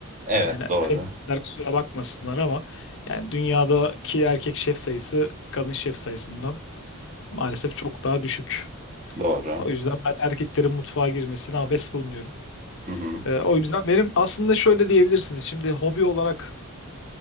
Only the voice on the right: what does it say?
Evet
doğru.
Doğru.
Hı hı.